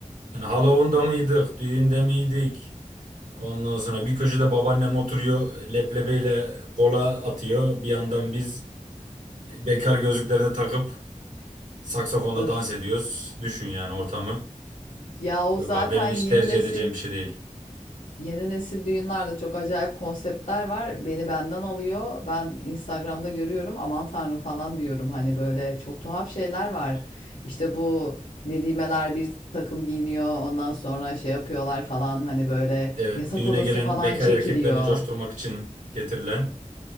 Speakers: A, on the right; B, on the left.
A: Hani Halloween'da mıydık, düğünde miydik? Ondan sonra bir köşede babaannem oturuyor, leblebiyle kola atıyor. Bir yandan biz Bekar gözlüklerini takıp saksafonla
B: Öf.
A: dans ediyoruz. Düşün yani ortamı.
B: Ya o
A: Yok
B: zaten
A: abi benim
B: yeni
A: hiç tercih
B: nesil
A: edeceğim bir şey değil.
B: Yeni nesil düğünlerde çok acayip konseptler var. Beni benden alıyor. Ben Instagram'da görüyorum. Aman tanrım falan diyorum. Hani böyle çok tuhaf şeyler var. İşte bu nedimeler bir takım giyiniyor. Ondan sonra şey yapıyorlar falan. Hani böyle
A: Evet
B: yatak
A: düğüne
B: odası
A: gelen
B: falan
A: bekar
B: çekiliyor.
A: erkeklerini coşturmak için getirilen